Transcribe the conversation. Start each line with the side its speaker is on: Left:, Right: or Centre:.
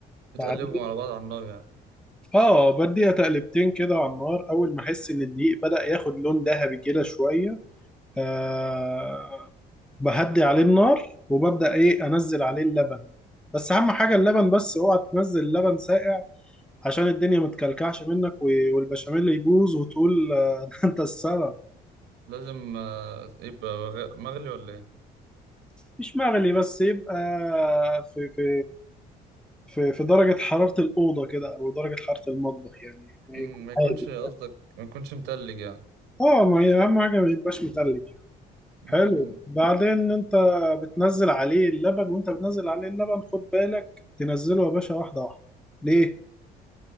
Right: بتقلبهم
Centre: بعدين
Right: على بعض على النار يعني
Centre: اه بديها تقلبتين كده على النار اول ما احس ان الدقيق بدأ ياخد لون ذهبي كده شوية آه... بهدي عليه النار وببدأ ايه انزل عليه اللبن بس اهم حاجة اللبن بس اوعى تنزل اللبن ساقع عشان الدنيا ما تكلكعش منك و- والبشاميل يبوظ وتقول آه، <laughs> ده انت السبب
Right: لازم آه، يبقى غ- مغلي ولا ايه
Centre: مش مغلي بس يبقى في في في في درجة حرارة الأوضة كده أو درجة حرارة المطبخ يعني
Right: مم،
Centre: يكون
Right: ما يكونش
Centre: هادي
Right: قصدك ما يكونش متلج يعني
Centre: اه ما هي أهم حاجة ما يبقاش متلج يعني
Right: مم،
Centre: حلو بعدين أنت بتنزل عليه اللبن وأنت بتنزل عليه اللبن خد بالك تنزله يا باشا واحدة واحدة ليه؟